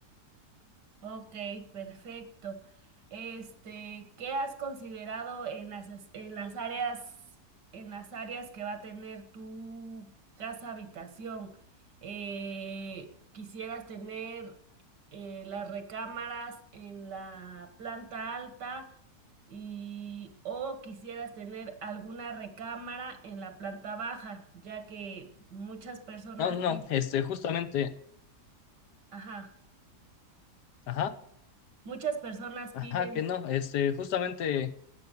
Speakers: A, on the right (about 90°); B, on the left (about 75°).
A: Ok, perfecto. Este, ¿qué has considerado en las, es- en las áreas, en las áreas que va a tener tu casa habitación? Eh, ¿quisieras tener eh, las recámaras en la planta alta y o quisieras tener alguna recámara en la planta baja, ya que muchas personas,
B: No, no,
A: pi-
B: no, este, justamente,
A: ajá,
B: ajá,
A: muchas personas
B: ajá,
A: piden
B: que no, este, justamente,